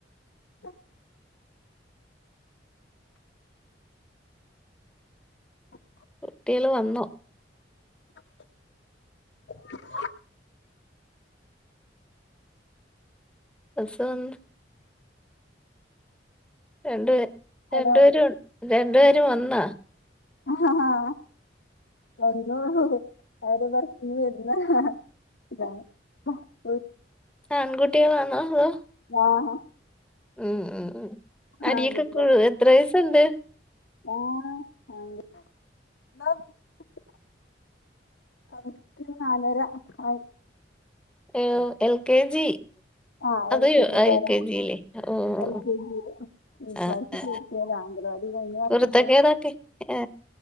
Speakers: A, on the left; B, in the centre.
A: ടും <unintelligible>
B: കുട്ടികള് വന്നോ
A: ഹ്ഹ് വന്നക്
B: ബസ്സ് വന്ന് രണ്ട് പേ
A: ഹലോ
B: രണ്ടു പേരും രണ്ടു പേരു വന്നാ
A: ആഹ് വന്നു അവര് ബസ്സിന് വരുന്ന ഹഹ സ്സിലാണ് <unintelligible>
B: ആൺകുട്ടികളാന്നോ അതോ
A: ആഹ്
B: ഉം ഉം ഉ അടിയെക്ക
A: ആൺകുട്ടികളാ
B: കൂടുവോ എത്ര വയസൊണ്ട്
A: <unintelligible> അവർക്ക് നാലര ആ
B: എ ഒ എൽ കെ ജി
A: ആഹ്
B: അതോ യു
A: കെ ജിക്കാര
B: എൽ കെ ജി ലെ അ ഓ ഓ
A: എൽ കെ ജി ഇപ്രാവശ്യം
B: ഓ ഓ അ
A: ചേർത്തിയതാ അംഗനവാടി കഴിഞ്ഞ വർഷം
B: കുരുത്തക്കേട്
A: പോയി
B: ഒക്കെ ഹ്